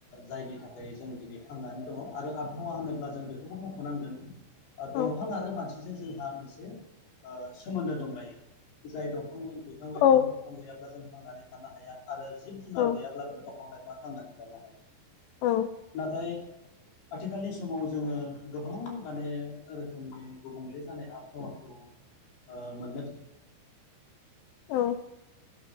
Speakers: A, on the left; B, on the left.
A: जायनि थाखाय जों दिनै थांनानै दङ आरो आब हावा होनोब्ला जों बेखौबो मख'नांगोन
B: औ
A: दंफां आरो मानसिजों जोंहा मोनसे ओ सोमोन्दो दंलायो जाय दं फां बिफां लाइफां
B: औ
A: दंफां गैयाब्ला जों थांनानै थानो हाया आरो जिब जुनार
B: औ
A: गैयाब्लाबो दंफां लाइ फां थांनानै थानो हाया।
B: औ
A: नाथाय आथिखालनि समाव जोङो गोबां माने रोखोमनि गुबुंले जानाय आबहावाखौ ओ मोननो
B: औ